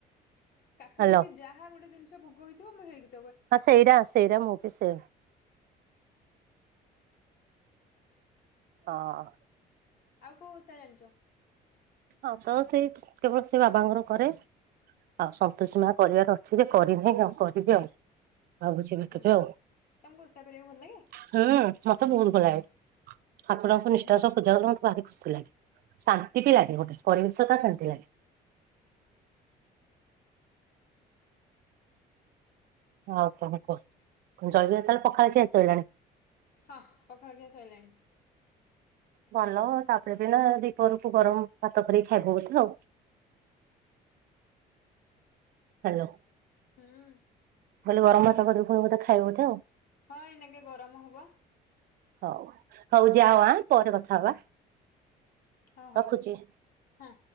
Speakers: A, on the left; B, on the right.
A: କାକୁଡି
B: ହ୍ୟାଲୋ
A: କି ଯାହା ଗୋଟେ ଜିନିଷ ଭୋଗ ହେଇଥିବ ମୁଁ ହେଇକିି
B: ହଁ ସେଇରା ସେଇରା ମୁଁ ବିି ସେଇ ହଁ।
A: ଆଉ କୋଉ ଓସା ଜାଣିଛ?
B: ହଁ ତ ସେଇ କେବଳ ସେ ବାବାଙ୍କର କରେ। ଆଉ ସନ୍ତୋଷୀ ମା କରିବାର ଅଛି ଯେ କରିନାହିଁ ଆଉ କରିବି ଆଉ। ଭାବୁଛିି ଏବେ
A: ହୁଁ
B: କେବେ ଆଉ
A: ତମକୁ ଓଷା କରିବାକୁ ଭଲ ଲାଗେ?
B: ହୁଁ। ମତେ ବହୁତ ଭଲ ଲାଗେ ଠାକୁରଙ୍କୁ
A: ହୁଁ
B: ନିଷ୍ଠାର ସହ ପୂଜା କଲେ ମତେ ଭାରି ଖୁସି ଲାଗେ ଶାନ୍ତି ବି ଲାଗେ। ଏ ଗୋଟେ ପରିବେଶଟା କେମିତି ଲାଗେ? ଆଉ କଣ କୁହ ଜଲଦି ତାହଲେ ପଖାଳ ଖୀଆ ସରିଲାଣି?
A: ହଁ ପଖାଳ ଖିଆ ସଇଲାଣି।
B: ଭଲ ତାପରେ ଦିନ ଦୁଇ ପହରକୁ ଗରମ ଭାତ କରିକି ଖାଇବ ବୋଧେ ଆଉ। ହ୍ୟାଲୋ।
A: ହୁଁ
B: ଖାଲି ଗରମ ଭାତ କରିପୁଣି ଖାଇବ ବୋଧେ ଆଉ।
A: ହଁ ଏନାକେ ଗରମ ହବ।
B: ହଉ ହଉ ଯାଅ ଆଁ ପରେ କଥା ହବା।
A: ହଁ ହଉ
B: ରଖୁଚି।
A: ହଁ।